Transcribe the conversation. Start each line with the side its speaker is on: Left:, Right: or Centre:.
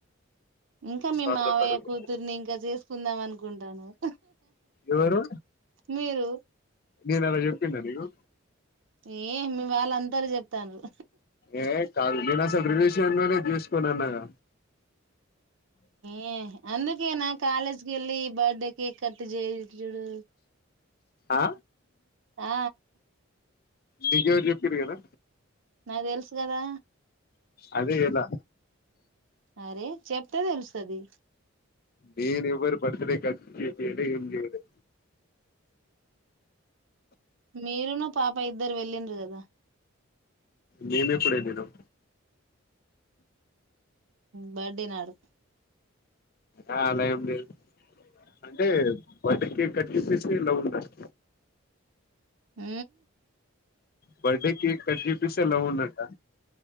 Right: ఇంకా మీ
Left: స్వార్థపరులు
Right: మావయ్య కూతుర్ని ఇంకా చేసుకుందాం అనుకుంటాన్నావ్
Left: ఎవరు
Right: మీరు
Left: నేను అలా చెప్పిన్న నీకు
Right: ఏ మీవాళ్ళు అంతరు చెప్తాండ్రు
Left: ఏ కాదు నేను అసలు రివ్యూస్ లోనే చూసుకోను అన్నాగ
Right: ఏ అందుకే నా కాలేజ్కి వెళ్ళి బర్త్డే కేక్ కట్టి చేయిచ్చుడు
Left: ఆ
Right: ఆ
Left: నీకెవరు చెప్పిరు కదా
Right: నాకు తెలుసు కదా
Left: అదే ఎలా
Right: అరే చెప్తే తెలుస్తాది
Left: నేను ఎవరు బర్త్డే కి కట్ చేపియలే ఏమి చెయ్యలే
Right: మీరును పాప ఇద్దరు వెళ్ళిండ్రు కదా
Left: మేము ఎప్పుడు వెళ్ళినాం
Right: బర్త్డేనాడు
Left: ఆ అలా ఏం లేదు అంటే బర్త్డే కేక్ కట్ చేసిస్తే లవ్ ఉండాలి
Right: మ్
Left: బర్త్డే కేక్ కట్ చేపిస్తే లవ్ ఉన్నట్టా